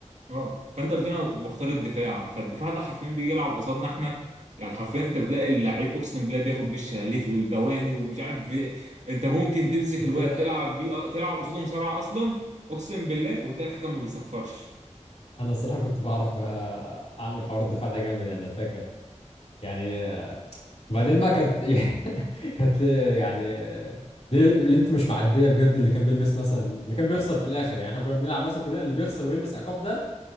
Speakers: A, on the right; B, on the left.
A: اه فانت قلت لي انا كنت بختار الدفاع فالدفاع ده حرفيا بيجي يلعب قصادنا احنا يعني حرفيا انت بتلاقي اللعيب اقسم بالله بياخد بالشلاليت والبواني ومش عارف إيه. انت ممكن تمسك الواد
B: كنت
A: تلعب بيه آه، تلعب قصاده مصارعة اصلا اقسم بالله وتلاقي الحكم ما بيصفرش
B: انا الصراحة كنت بعرف آه، اعمل حوار الدفاع ده جامد يعني انا فاكر يعني آه، وبعدين بقى كانت <laughs> كانت ليه- يعني آه، ليه ليه انتوا مش معديه بجد اللي كان بيلبس مثلا اللي كان بيخسر في الاخر يعني احنا كنا بنلعب مثلا كلنا اللي بيخسر ويلبس عقاب ده